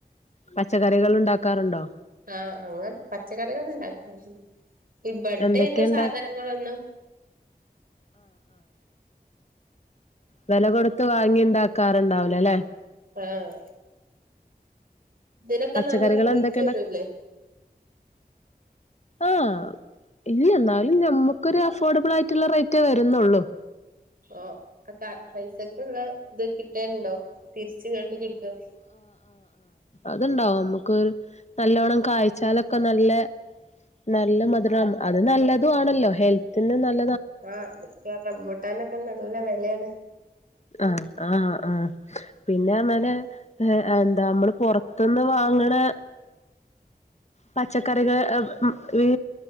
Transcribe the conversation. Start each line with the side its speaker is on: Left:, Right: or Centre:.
Left: പച്ചക്കറികൾ ഉണ്ടാക്കാറുണ്ടോ
Right: ആ അങ്ങ് പച്ചക്കറികൾ ഉണ്ടാ <unintelligible> ഇബടെ
Left: എന്തൊക്കെ
Right: ഇത
Left: ഇണ്ടാ
Right: സാധനങ്ങളൊന്നു
Left: വെല കൊടുത്ത് വാങ്ങിണ്ടാക്കാറുണ്ടാവ് ലലെ
Right: ആഹ് തിനൊക്കെ
Left: പച്ചക്കറികൾ
Right: നല്ല റൈറ്റ്
Left: എന്തൊക്കെ ഉണ്ടാക്ക
Right: വരുലെ
Left: ആഹ് ഇല്ലന്നാ ഞമ്മുക്കൊരു അഫോർഡബിളായിട്ട്ള്ള റേറ്റെ വരുന്നൊള്ളൂ
Right: ഓ ഒക്ക പൈസക്ക്ള്ള ത് കിട്ടേണ്ടോ? തിര്ച്ച്കാണ്ട് കിട്ടും
Left: അത്ണ്ടാവും നമ്മുക്കൊര് നല്ലോണം കായ്ച്ചാലൊക്കെ നല്ലെ നല്ല മധുരം അത് നല്ലതു ആണല്ലോ ഹെൽത്തിന് നൽ
Right: ആഹ് <unintelligible> റമ്പുട്ടാനൊക്കെ നല്ല വെലാണ്
Left: ആഹ് ആഹ് ആഹ് പിന്നെ അറ്ന്നാല് എന്താ ക്മ്മള് പൊറത്ത്ന്ന് വാങ്ങ്ണെ പച്ചക്കറികൾ ഈ